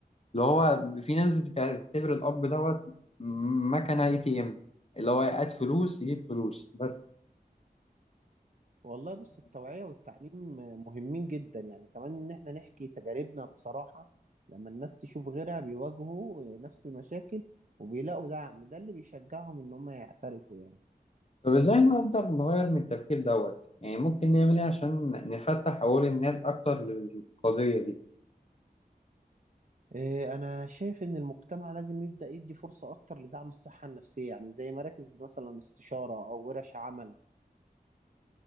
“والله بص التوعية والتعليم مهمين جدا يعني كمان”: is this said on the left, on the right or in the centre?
Right